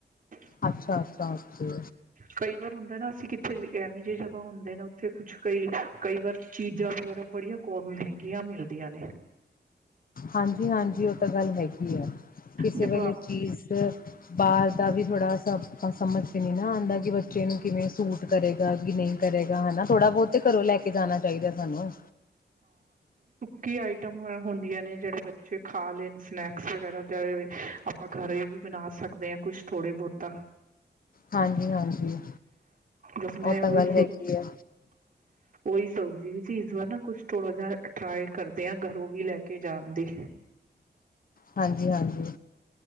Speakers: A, on the right; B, on the left.
A: <unintelligible>
B: ਅੱਛਾ ਅੱਛਾ ਓਕੇ
A: ਕਈ ਵਾਰ ਹੁੰਦਾ ਨਾ ਅਸੀਂ ਕਿੱਥੇ ਐਏ ਵੀ ਜਗ੍ਹਾ ਹੁੰਦੇ ਨੇ ਉੱਥੇ ਕੁਛ ਕਈ ਕਈ ਵਾਰ ਚੀਜ਼ਾਂ ਵਗੈਰਾ ਬੜੀਆਂ ਕ ਮਹਿੰਗੀਆਂ ਮਿਲਦੀਆਂ ਨੇ
B: ਹਾਂਜੀ ਹਾਂਜੀ ਉਹ ਤਾਂ ਗੱਲ ਹੈਗੀ ਕਿਸੇ
A: ਦੇਖੋ
B: ਵੇਲੇ ਚੀਜ਼ ਬਰ ਤਾਂ ਵੀ ਥੋੜ੍ਹਾ ਸ ਆਪਾਂ ਸਮਝ ' ਨਹੀਂ ਨਾ ਆਉਂਦਾ ਕਿ ਬੱਚੇ ਨੂੰ ਕਿਵੇਂ ਸੂਟ ਕਰੇਗਾ ਕਿ ਨਹੀਂ ਕਰੇਗਾ ਹੈ ਨਾ ਥੋੜਾ ਬਹੁਤ ਤੇ ਘਰੋਂ ਲੈ ਕੇ ਜਾਣਾ ਚਾਹੀਦਾ ਸਾਨੂੰ
A: ਕੀ ਆਈਟਮ ਹੁੰਦੀਆਂ ਨੇ ਜਿਹੜੇ ਬੱਚੇ ਖਾ ਲੈ ਸਨੈਕਸ ਵਗੈਰਾ ਆਪਾਂ ਘਰ ਵੀ ਬਣਾ ਸਕਦੇ ਹ ਕੁਛ ਥੋੜੇ ਬਹੁਤਾ
B: ਹਾਂਜੀ ਹਾਂਜੀ
A: ਬਸ ਮੈਂ
B: ਉਹ ਤਾਂ
A: ਉਹੀ
B: ਗੱਲ ਹੈਗੀ ਆ
A: ਕੋਈ ਸਬਜ਼ੀ ਵਿੱਚ ਚੀਜ਼ ਵਾਰ ਨਾ ਕੁਛ ਥੋੜਾ ਜਿਹਾ ਟਰਾਈ ਕਰਦੇ ਹ ਘਰੋਂ ਵੀ ਲੈ ਕੇ ਜਾਣ ਦੀ
B: ਹਾਂਜੀ ਹਾਂਜੀ